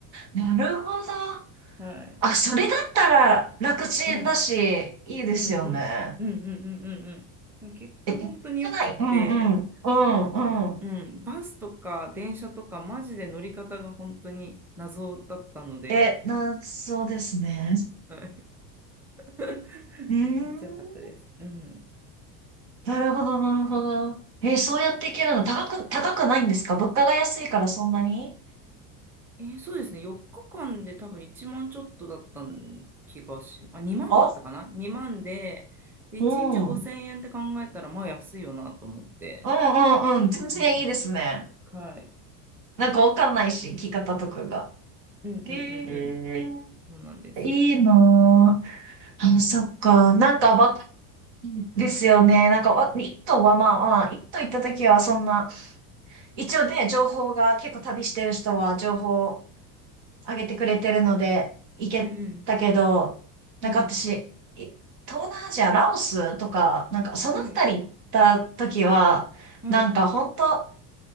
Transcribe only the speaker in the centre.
<laughs> はい。
うん。
うんうんうんうんうんうんうんでも結果本当によくて
なんか、うん、バスとか電車とかマジで乗り方が本当に謎だったので
はい <laughs>
めっちゃ良かったです。うん。
えーそうですね。4日間で多分1万ちょっとだった気がし、あ、2万だったかな
?2 万で、で、
1日5000円って考えたら、
まあ安いよなと思って。
うんうんうん。はい。
うんうんうんうん。
そうなんですよ。
うん
うん
うん
うん。はい、はい、